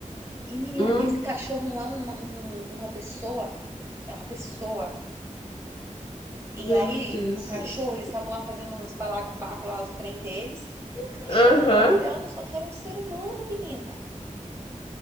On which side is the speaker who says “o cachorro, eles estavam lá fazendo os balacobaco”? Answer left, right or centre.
Right